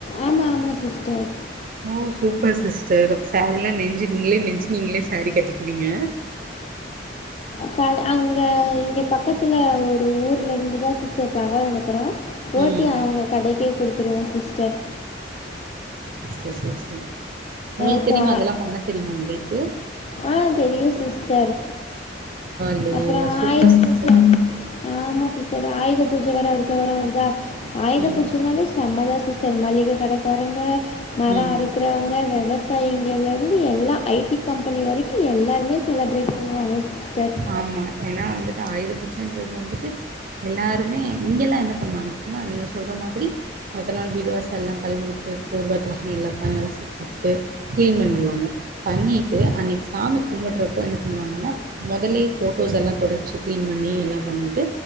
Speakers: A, on the left; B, on the right.
A: ஆமா ஆமா சிஸ்டர்
B: ஓ சூப்பர் சிஸ்டர் அப்ப சாரீலா நெஞ்சு நீங்களே நெஞ்சு நீங்களே சாரீ கட்டிக்குவீங்க
A: ச அங்க இங்க பக்கத்துல ஒரு ஊர்ல இருந்து தான் சிஸ்டர் தகவல் எடுக்கிறோ போஓட்டி
B: ம்
A: அவங்க கடைக்கே குடுத்துருவோம் சிஸ்டர்
B: ச சரி சரி உங்குளுக்கு
A: இப்போ
B: தெரியுமா அதெல்லாம் பண்ண தெரியுமா உங்குளுக்கு இது
A: ஆ தெரியு சிஸ்டர்
B: பரவாயில்லயே
A: அப்புறோ
B: சூப்பர்
A: ஆயுத
B: சிஸ்டர்
A: பூஜ ஆமா சிஸ்டர் ஆயுத பூஜை வேற அடுத்த வாரோ வருதா ஆயுத
B: ம்
A: பூஜ்ஜனாலே சம்மதா சிஸ்டர் மளிகை கடக்காரங்க மரம்
B: ம்
A: அறுக்கறவுங்க விவசா இங்க இருந்து எல்லா ஐ டி கம்ப பணி வரைக்கோம் எல்லாருமே செலபரேட் பண்ணுவாங்க சிஸ்டர்
B: ஆமா ஏனா வந்து க் ஆயுத பூஜன்றது வந்துட்டு எல்லாருமே இங்க எல்லா என்ன பண்ணுவாங்க நீங்க சொல்ற மாதிரி மொத நாள் வீடு வாசல் எல்லா கழுவி வுட்டு போர்வ தலகாணி எல்லா பாய் அலாசிப்போட்டு கிளீன் பண்ணுவாங்க பண்ணிட்டு அன்னிக்கு சாமி கும்புடறப்ப என்ன பண்ணுவாங்கனா மொதலே ஃபோட்டோஸ் எல்லா தொடச்சு கிளீன் பண்ணி எல்லா பண்ணிட்டு